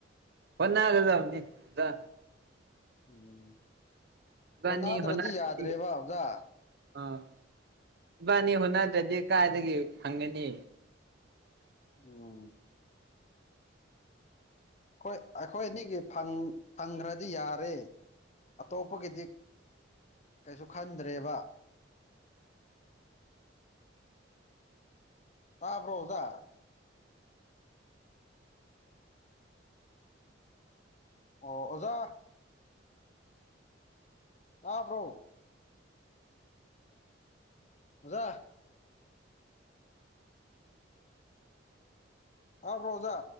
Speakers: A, on the right (about 60°); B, on the left (about 40°).
A: ꯍꯣꯠꯅꯒꯗꯝꯅꯤ ꯖꯥ
B: ꯎꯝ
A: ꯏꯕꯥꯅꯤ
B: ꯍꯣꯠꯅꯗ꯭ꯔꯗꯤ
A: ꯍꯣꯠꯅꯔꯗꯤ
B: ꯌꯥꯗ꯭ꯔꯦꯕ ꯑꯣꯖꯥ
A: ꯑꯥ ꯏꯕꯥꯅꯤ ꯍꯣꯠꯅꯗꯗꯤ ꯀꯥꯏꯗꯒꯤ ꯐꯪꯒꯅꯤ
B: ꯎꯝ ꯑꯈꯣꯏ ꯑꯈꯣꯏ ꯑꯅꯤꯒꯤ ꯐꯪ ꯐꯪꯒ꯭ꯔꯗꯤ ꯌꯥꯔꯦ ꯑꯇꯣꯞꯄꯒꯤꯗꯤ ꯀꯩꯁꯨ ꯈꯟꯗ꯭ꯔꯦꯕ
A: <inaudible>
B: ꯇꯥꯕ꯭ꯔꯣ ꯑꯣꯖꯥ ꯑꯣ ꯑꯣꯖꯥ ꯇꯥꯕ꯭ꯔꯣ ꯑꯣꯖꯥ ꯇꯥꯕꯔꯣ ꯑꯣꯖꯥ